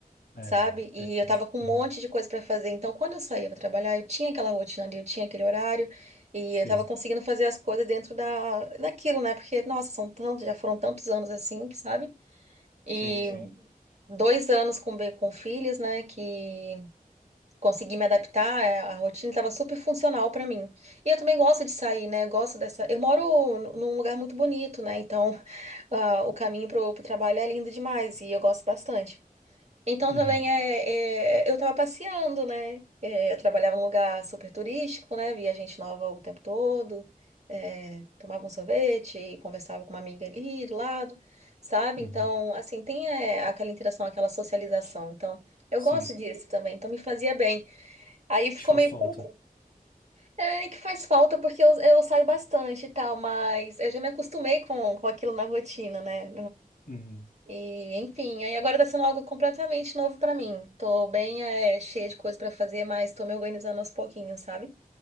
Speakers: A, on the left (about 70°); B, on the right (about 45°).
A: É,
B: sabe?
A: é
B: E
A: sim.
B: eu tava com um
A: Uhum.
B: monte de coisa pra fazer. Então, quando eu saía pra trabalhar, eu tinha aquela rotina ali, eu tinha aquele horário e
A: Sim,
B: eu tava conseguindo fazer as coisas dentro da daquilo, né? Porque, nossa, são tantos, já foram tantos anos assim, que sabe? E
A: sim, sim.
B: Sim. dois anos com be- com filhos, né? Que consegui me adaptar, é, a rotina tava super funcional pra mim. E eu também gosto de sair, né? Eu gosto dessa. Eu moro n- num lugar muito bonito, né? Então, <laughs> ah, o caminho pro, pro trabalho é lindo demais e eu gosto bastante. Então
A: Uhum,
B: também é, é- eu tava passeando, né? É, eu trabalhava num lugar super turístico, né? Via gente nova o tempo todo, é, tomava um sorvete e conversava com uma amiga ali do lado, sabe?
A: uhum.
B: Então, assim, tem é, aquela interação, aquela socialização. Então, eu
A: Sim,
B: gosto disso também, então me fazia bem. Aí ficou
A: te faz
B: meio
A: falta.
B: confuso. é nem que faz falta porque eu, eu saio bastante e tal, mas eu já me acostumei com, com aquilo na rotina, né?
A: Uhum.
B: E, enfim, aí agora tá sendo algo completamente novo pra mim. Tô bem, é, cheia de coisa pra fazer, mas tô me organizando aos pouquinhos, sabe?